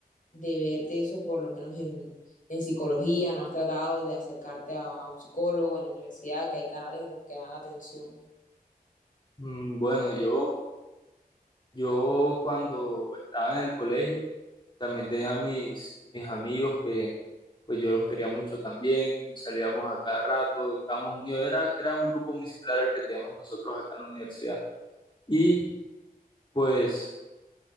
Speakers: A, on the left; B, on the left.
A: de verte eso, por lo menos en, en psicología? ¿No has tratado de acercarte a, a un psicólogo, en la universidad, que hay canales en los que dan atención?
B: Mm, Bueno, yo Yo cuando estaba en el colegio también tenía mis, mis amigos que pues yo los quería mucho también, y salíamos a cada rato, estábamos unidos, era, era un grupo muy similar al que teníamos nosotros acá en la universidad. Y pues